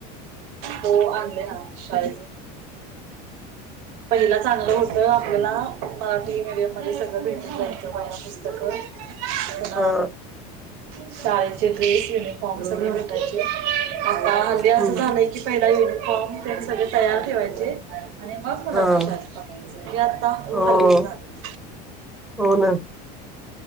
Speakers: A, on the right (about 60°); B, in the centre.
A: तो आणले ना शाद पहिलं चांगलं होत आपल्याला मराठी मीडियम मध्ये सगळ भेटून जायचं. तक
B: हा
A: <unintelligible> शाळेचे ड्रेस युनिफॉर्म सगळे भेटायचे. आता आल् असं
B: हम्म.
A: झालंय की पहिला युनिफॉर्म त सगळे तयार ठेवायचे. आणि बघ मुलांना
B: हा
A: शाळेत पकायचं की आता
B: हो
A: खालीच झालं.
B: हो ना